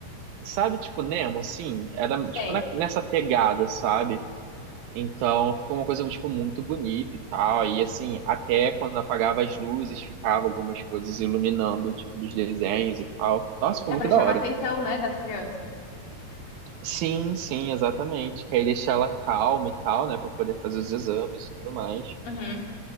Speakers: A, on the right (about 75°); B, on the left (about 60°).
A: sabe, tipo, Nemo, assim, era,
B: sei.
A: tipo, na, nessa pegada, sabe? Então, ficou uma coisa, tipo, muito bonita e tal, e, assim, até quando apagava as luzes, ficava algumas coisas iluminando, tipo, dos desenhos e tal. Nossa, ficou
B: É
A: muito
B: pra chamar
A: da hora.
B: a atenção, né, das crianças.
A: Sim, sim, exatamente, que aí deixar ela calma e tal, né, pra poder fazer os exames e tudo mais.
B: Uhum.